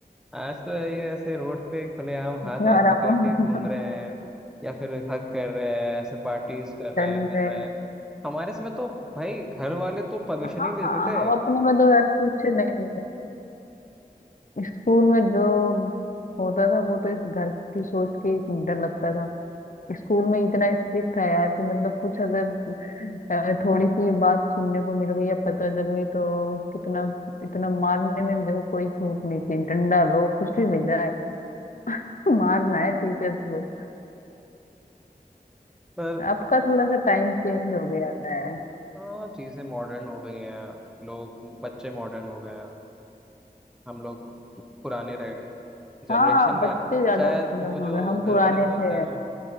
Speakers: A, in the centre; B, on the left.
A: आज तो ये ऐसे रोड पे खुलेआम हाथ
B: यार
A: वाथ पकड़
B: आप <laughs>
A: के घूम रहे हैं या फिर हक कर रहे हैं ऐसे पार्टीज कर
B: चल
A: रहे हैं मिल
B: रहे
A: रहे
B: हैं।
A: हैं हमारे समय तो भाई घर वाले तो परमिशन
B: हाँ
A: ही नहीं देते थे
B: हम अपने में तो यार कुछ नहीं है स्कूल में जो होता था वो तो इस घर की सोच के ही डर लगता था स्कूल में इतना स्ट्रिक्ट था यार कि मतलब कुछ अगर अ, थोड़ी सी बात सुनने को मिल गई या पता चल गई तो कितना इतना मारने में भी देखो कोई छूट नहीं थी डंडा लो कुछ भी मिल जाए <laughs> मारना है टीचर को
A: पर
B: अब का थोड़ा सा टाइम चेंज हो गया है
A: हाँ चीज़ें मॉडर्न हो गई हैं लोग बच्चे मॉडर्न हो गए हैं हम लोग पुराने रह गए जनरेशन
B: हाँ बच्चे
A: गैप
B: ज्यादा
A: शायद
B: मॉडर्न
A: वो जो
B: हो गए हम
A: घर
B: पुराने
A: वाले बोलते
B: थे
A: हैं ना